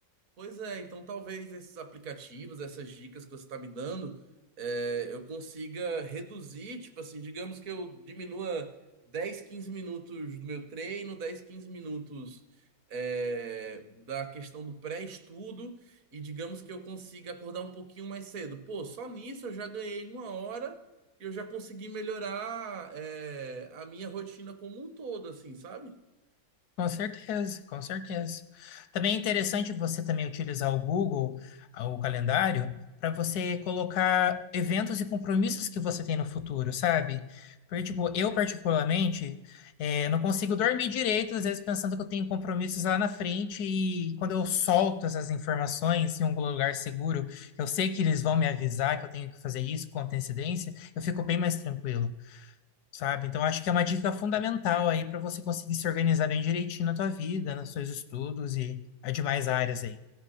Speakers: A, on the right; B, on the left.
A: Pois é, então talvez esses aplicativos, essas dicas que você está me dando, é, eu consiga reduzir, tipo assim, digamos que eu diminua 10 15 minutos do meu treino, 10 15 minutos é, da questão do pré-estudo, e digamos que eu consiga acordar um pouquinho mais cedo. Pô, só nisso eu já ganhei uma hora e eu já consegui melhorar, é, a minha rotina como um todo, assim, sabe?
B: Com certeza, com certeza. Também é interessante você também utilizar o Google, ah, o calendário, para você colocar eventos e compromissos que você tem no futuro, sabe? Porque, tipo, eu particularmente eh, não consigo dormir direito, às vezes pensando que eu tenho compromissos lá na frente, e quando eu solto essas informações em um lugar seguro, que eu sei que eles vão me avisar que eu tenho que fazer isso com antecedência, eu fico bem mais tranquilo sabe? Então, acho que é uma dica fundamental aí para você conseguir se organizar bem direitinho na tua vida, nos seus estudos e as demais áreas aí.